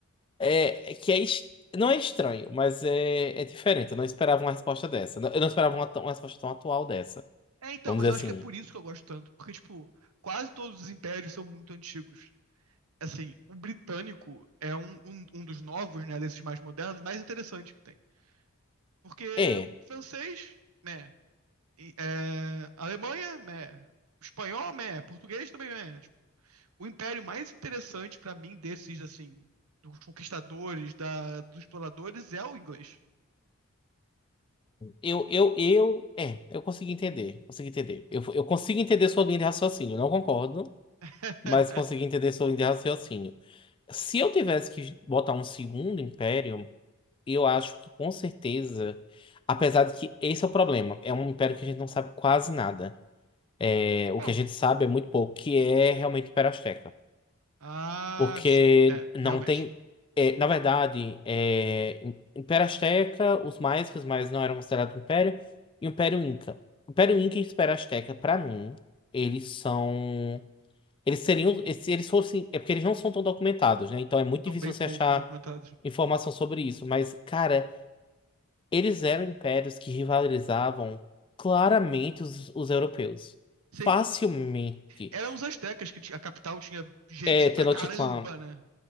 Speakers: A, on the left; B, on the right.
A: é, é que é es- não é estranho, mas é, é diferente. Eu não esperava uma resposta dessa. Eu não esperava uma, tão- uma resposta tão atual dessa.
B: É, então,
A: Vamos
B: mas
A: dizer
B: eu acho
A: assim.
B: que é por isso que eu gosto tanto, porque, tipo, quase todos os impérios são muito antigos. Assim, o britânico é um, um, um dos novos, né, desses mais modernos, mais interessante que tem. Porque
A: É.
B: o francês, né, e, é, Alemanha, né, espanhol, né, português também, né. Tipo, o império mais interessante pra mim desses, assim, dos conquistadores, da, dos exploradores, é o inglês.
A: Eu, eu, eu, é, eu consegui entender, consegui entender. Eu, eu consigo entender sua linha de raciocínio. Eu não concordo,
B: <laughs>
A: mas consegui entender sua linha de raciocínio. Se eu tivesse que botar um segundo império, eu acho que com certeza, apesar de que esse é o problema, é um império que a gente não sabe quase nada. É, o
B: Bom,
A: que a gente sabe é muito pouco, que é realmente o Império Azteca.
B: ah,
A: Porque
B: sim, é,
A: não
B: realmente.
A: tem. é, na verdade, é, Império Azteca, os maias, que os maias não eram considerados império, e o Império Inca. O Império Inca e o Império Azteca, pra mim, eles são. Eles seriam, se eles fossem, é porque eles não são tão documentados, né? Então é muito difícil
B: São bem poucos
A: você achar
B: documentados.
A: informação sobre isso. Mas, cara, eles eram impérios que rivalizavam claramente os, os europeus.
B: Sim,
A: Facilmente.
B: Eram os astecas que ti- a capital tinha gente
A: É, Tenochtitlan.
B: pra caramba, né?